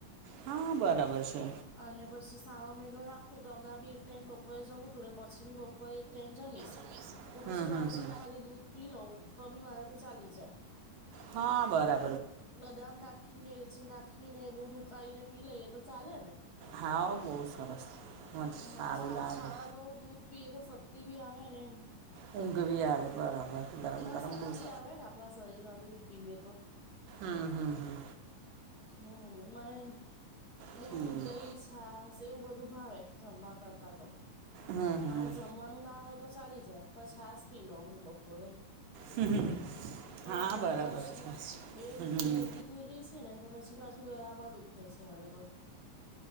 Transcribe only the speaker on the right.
હા બરાબર છે.
<unintelligible>
હમ
હા, બરા
હા, બહુ સરસ મજ
સારું
લાગે.
ઊંઘ બી આવે બરાબર. ગરમ
ગરમ
ભૂસ
હમ્મ, હમ્મ, હમ્મ.
ઠીક
હમ
હમ
હમ્મ, હમ્મ, હમ્મ.
હા,
બરાબર
છે.
હમ્મ,
હમ્મ.